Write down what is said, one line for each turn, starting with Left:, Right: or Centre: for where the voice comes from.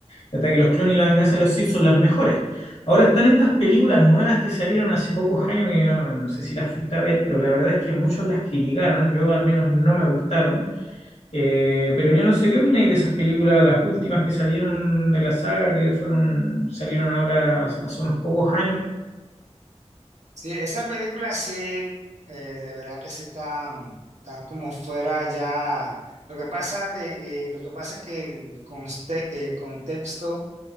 Left: El Ataque de los Clones y La Venganza de las Sith son las mejores. Ahora están estas películas nuevas que salieron hace pocos años, que ah, no sé si las fuiste a ver, pero la verdad es que muchos las criticaron, yo al menos no me gustaron eh, pero yo no sé qué opináis de esas películas, las últimas que salieron de la saga, que fueron, salieron ahora hace unos pocos años.
Right: Sí, esa película sí, eh, de verdad que sí tan, tan como fuera ya. Lo que pasa de, eh, lo que pasa es que el, conste- el contexto